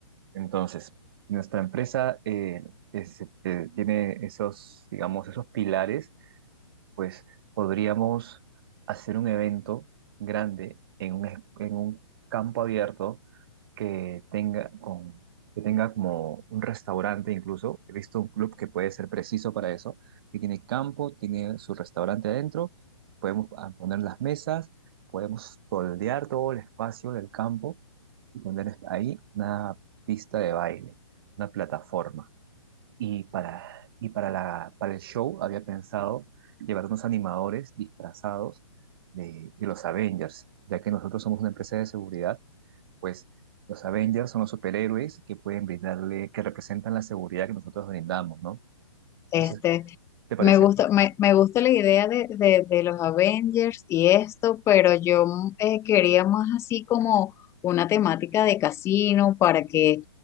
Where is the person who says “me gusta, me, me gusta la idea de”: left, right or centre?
Left